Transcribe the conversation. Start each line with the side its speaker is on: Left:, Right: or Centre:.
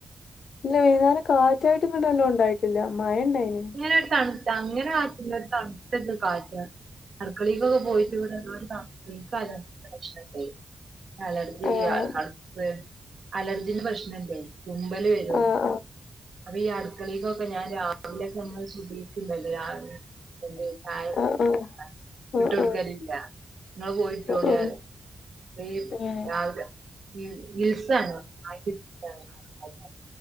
Left: ഇന്ന് വൈകുന്നേരം കാറ്റായിട്ട് എങ്ങണ്ട് നല്ലോം ഇണ്ടായിട്ടില്ല മഴ ഇണ്ടായിരുന്നു
Right: ഇങ്ങനെ ഒരു തണുത്ത അങ്ങനെ കാറ്റില്ല ഒരു തണുത്ത ഒരു കാറ്റാ അടുക്കളിക്കൊക്കെ പോയിട്ട് ഇവിടൊ എന്ധോരു തണുപ്പ് ഇക്ക് അലർച്ചിന്റെ പ്രശ്നണ്ട് അലർജിയാ
Left: ആഹ്
Right: തണുപ്പ് അലർജിന്റെ പ്രശ്നണ്ട് തുമ്മല് വരും
Left: ആഹ്
Right: അപ്പൊ ഈ അടുക്കളക്കൊക്കെ ഞാൻ രാ വിലൊക്കെ നമ്മൾ സുബിഹിക്ക് ഇണ്ടല്ലോ രാവിലെ യെന്ദ് ചായക്കെ
Left: ആഹ്
Right: കുടിച്ക്കണ്ട്
Left: ആഹ് ആഹ്
Right: ഇട്ട് കൊടുക്കലില്ല
Left: ആഹ് ആഹ്
Right: നിങ്ങൾ പോയി ഇട്ടോളി
Left: ആഹ് ആഹ്
Right: പറിമ് ഈ
Left: ഏഹ്
Right: രാവിലെ മ് ഗിൽസാണ് ഒന്നായിട്ട് ഗിൽസാണ്അടുക്കളന്റെ